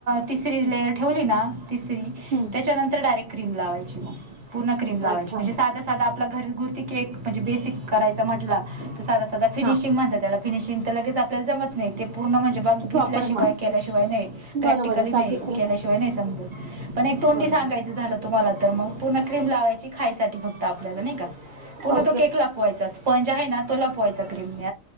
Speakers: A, on the right (about 40°); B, on the right (about 65°).
A: तिसरी लेयर ठेवली ना तिसरी
B: हं
A: त्याच्यानंतर डायरेक्ट क्रीम लावायची मग पूर्ण क्रीम लावायची
B: अच्छा
A: म्हणजे साधा साधा आपला घरघुरती की एक म्हणजे बेसिक करायचं म्हटलं तर साधा साधदा फिनिशिंग
B: हा
A: म्हणतात त्याला फिनिशिंग तर लगेच आपल्याला जमत नाही ते पूर्ण म्हणजे बघितल्याशिवाय
B: प्रॉपर हा
A: केल्याशिवाय नाही. प्रॅक्टिकली
B: बरोबर आहे
A: नाही
B: प्रॅक्टिस
A: केल्याशिवाय नाही समजत पण एक तोंडी
B: बरोबर
A: सांगायचं झालं तुम्हाला तर मग पूर्ण क्रीम लावायची खायसाठी बघता आपल्याला नाही का? पुन्हा
B: ओ
A: तो केक लापवायचा स्पंज आहे ना तो लपवायचा क्रीम